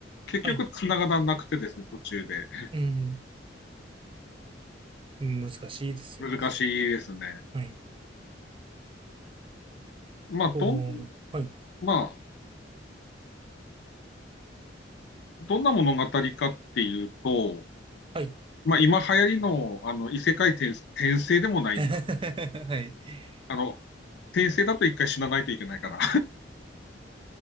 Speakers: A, on the left; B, on the right.
A: 結局繋がらなくてですね、
B: はい。
A: 途中で。
B: うん、うん難しいですよね。
A: 難しいですね。
B: はい。
A: まあ、
B: おー、
A: どん、
B: はい、
A: まあ、どんな物語かっていうと、
B: はい。
A: まあ、今流行りの、あの、異世界転、転生でもないんだ。
B: <laughs> はい。
A: あの、転生だと一回死なないといけないから。